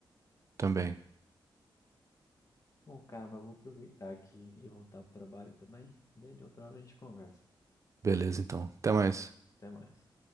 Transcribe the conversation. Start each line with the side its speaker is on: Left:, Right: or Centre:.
Right: também.
Left: Bom, cara, mas eu vou aproveitar aqui e voltar pro trabalho também. Daí de outra hora a gente conversa.
Right: Beleza, então. Até mais.
Left: Até mais.